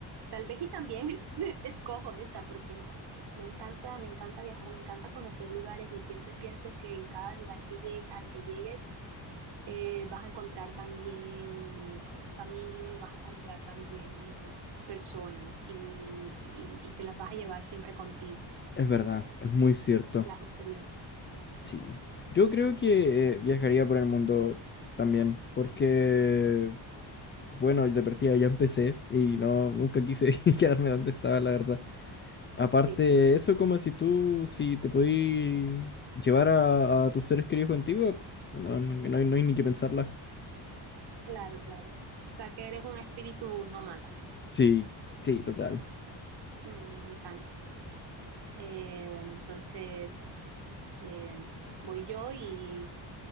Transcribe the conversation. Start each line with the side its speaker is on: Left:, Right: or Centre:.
Right: Tal vez y también <laughs> escojo esa porque me encanta, me encanta viajar, me encanta conocer lugares y siempre pienso que en cada lugar que llegue, al que llegues eh, vas a encontrar también familia y vas a encontrar también personas y, y, y te las vas a llevar siempre contigo,
Left: Es verdad, es muy cierto.
Right: las experiencias.
Left: Sí, yo creo que eh, viajaría por el mundo también, porque, bueno, de partida ya empecé y no, nunca quise <laughs> quedarme donde estaba, la verdad. Aparte,
Right: Sí,
Left: eso como si tú, si te podí llevar a, a tus seres queridos contigo, pf, no, no, no hay, no hay ni que pensarla.
Right: claro, claro. O sea que eres un espíritu nómada.
Left: Sí, sí, total.
Right: Mm, me encanta. Eh, bueno, entonces eh, voy yo y